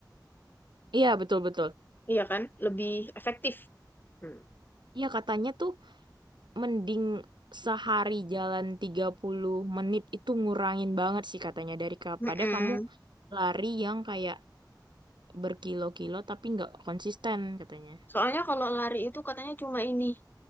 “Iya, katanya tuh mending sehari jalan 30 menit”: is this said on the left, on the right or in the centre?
Right